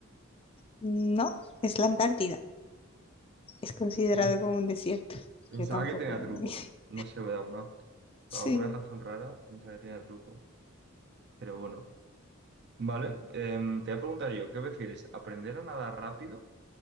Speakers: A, on the left (about 25°); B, on the right (about 55°).
A: No, es la Antártida. Es considerado
B: Mm.
A: como un desierto.
B: Pensaba
A: Yo tampoco
B: que tenía
A: lo
B: truco.
A: me- <laughs>
B: No sé, ¿verdad?
A: Sí.
B: Por alguna razón rara, pensaba que tenía truco. Pero bueno. Vale, em, te voy a preguntar yo, ¿qué prefieres? ¿Aprender a nadar rápido